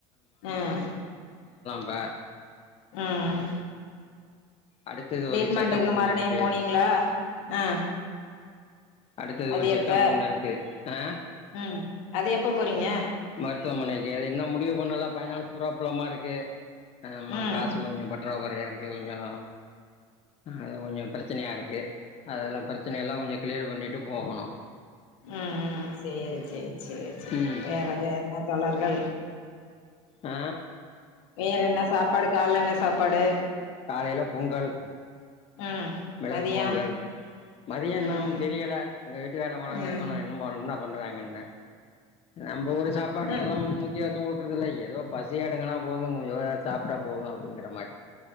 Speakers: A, on the left; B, on the left.
A: ம்
B: ப
A: ம்
B: அடுத்தது
A: டேட்மாண்டுக்கு
B: ஒரு செக்கப் ஒண்ணு
A: மறுடியு
B: இருக்கு
A: போனீங்கனா அ
B: அடுத்தது
A: அது
B: ஒரு செக்கப்
A: எப்ப
B: ஒண்ணு இருக்கு ஆ
A: ம் அது எப்ப போறீங்க
B: மருத்துவமனைக்கு அது இன்னு முடிவு பண்ணல பைனான்ஸ் ப்ராப்ளமா இருக்கு எம்ம
A: ம்
B: காசு கொஞ்சோ பற்ரா குறைய டியு கொஞ்சொ அது கொஞ்சொ ப்ரச்சனையா இருக்கு அதெல்லாம் பிரச்சன எல்லாம் கொஞ்சோ கிளியர் பண்ணிட் ட்டு போகணும்
A: ம் ம் ம் சேரி சேர் சேர் சேர்
B: ம்
A: வேறது என்னா தொளர்கள்
B: ஆ
A: வேற என்ன சாப்பாடு கால்ல என்ன சாப்பாடு
B: காலையில பொங்கல்
A: ம்
B: மெலகு
A: மதியோ
B: போங்கள் மதியம்
A: ம்
B: இனும் தெரியல எங்க வீட்டுக்காரம்மாவ
A: ம்
B: கேட்கணும் இன்னும் ப என்னா ஒண்றாங்கன்ன நம்ப ஒரு சாப்பாட்டுக்கல்லா
A: ம்
B: ஒன்னு முக்கியத்துவொ குடுக்குறதில்ல எதோ பசி அடங்கனா போதும் கொஞ்சோ சாப்பிட்டா போதும் அப்படிங்கிற மாரி